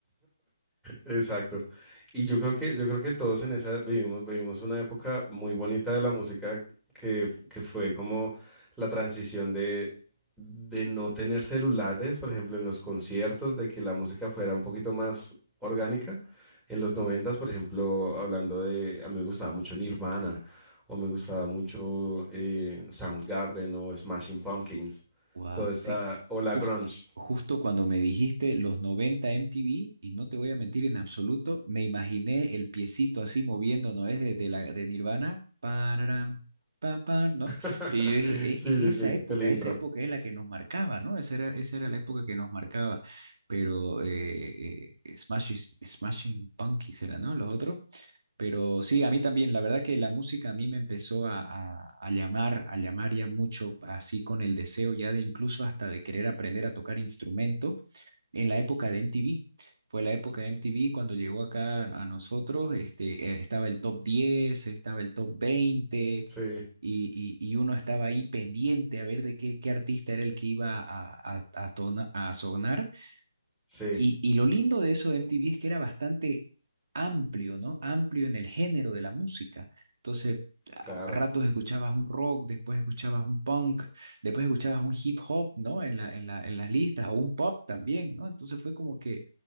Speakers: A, in the centre; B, on the right.
A: Exacto. Y yo creo que, yo creo que todos en esa vivimos, vivimos una época muy bonita de la música que, f- que fue como la transición de, de no tener celulares, por ejemplo, en los conciertos, de que la música fuera un poquito más orgánica. En
B: Sí.
A: los noventas, por ejemplo, hablando de, a mí me gustaba mucho Nirvana, o me gustaba mucho eh, Soundgarden o Smashing Pumpkins,
B: Guau,
A: toda esta,
B: Sí,
A: o la
B: jus-
A: grunge.
B: justo cuando me dijiste los 90 MTV, y no te voy a mentir en absoluto, me imaginé el piecito así moviendo, ¿no es? De, de, la, de Nirvana, pararam, pa, pa, ¿no?
A: <laughs>
B: Y yo dije,
A: Sí,
B: es, es
A: sí, sí,
B: esa época,
A: el intro.
B: esa época es la que nos marcaba, ¿no? Esa era, esa era la época que nos marcaba, pero eh, eh, Smashing, Smashing Pumpkins era, ¿no? Los otros. Pero sí, a mí también, la verdad que la música a mí me empezó a, a- a llamar, a llamar ya mucho, así con el deseo ya de incluso hasta de querer aprender a tocar instrumento en la época de MTV. Fue la época de MTV cuando llegó acá a nosotros, este, eh, estaba el top diez estaba el top veinte
A: Sí,
B: y, y, y uno estaba ahí pendiente a ver de qué, qué artista era el que iba a, a, a tona- a sonar
A: sí.
B: y, y lo lindo de eso de MTV es que era bastante amplio, ¿no? Amplio en el género de la música. Entonces, a
A: Claro,
B: ratos escuchabas un rock, después escuchabas un punk, después escuchabas un hip hop, ¿no? En la, en la, en las listas, o un pop también, ¿no? Entonces fue como que eh,